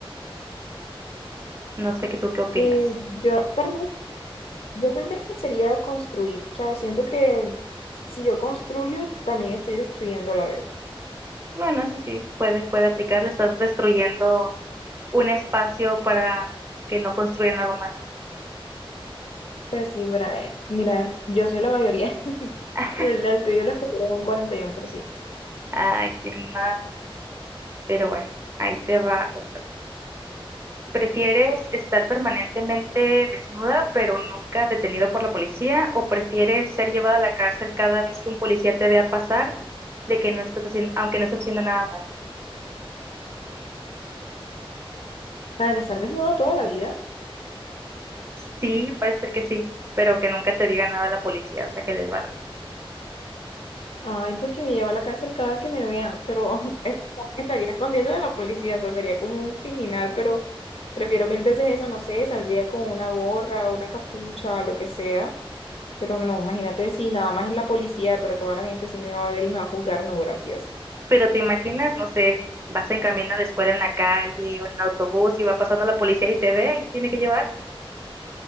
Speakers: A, on the right; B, on the left.
A: No sé qué tú qué opinas.
B: Eh, yo tal vez, yo tal vez sería construir. O sea, siento que si yo construyo, también estoy destruyendo a la vez.
A: Bueno, eso sí, puede, puede aplicar, le estás destruyendo un espacio para que no construyan algo malo.
B: Pues sí, Brae, mira, yo soy la mayoría. <laughs>
A: <laughs>
B: El, el tuyo lo escogió un 41%.
A: Ay, qué mal. Pero bueno, ahí te va otra. ¿Prefieres estar permanentemente desnuda, pero nunca detenido por la policía? ¿O prefieres ser llevada a la cárcel cada vez que un policía te vea pasar de que no estás haciendo, aunque no estás haciendo nada malo?
B: Para estar desnuda toda la vida.
A: Sí, parece que sí, pero que nunca te diga nada la policía, o sea, que les vale.
B: Ay, pues que me lleva a la cárcel cada que me vean, pero <laughs> me estaría escondiendo de la policía, o sea, sería como un criminal, pero prefiero mil veces eso, no sé, saldría con una gorra o una capucha, lo que sea, pero no, imagínate si nada más es la policía, pero toda la gente sí me va a ver y me va a juzgar, no, gracias.
A: Pero te imaginas, no sé, vas en camino a la escuela en la calle o en el autobús y va pasando la policía y te ve y te tiene que llevar.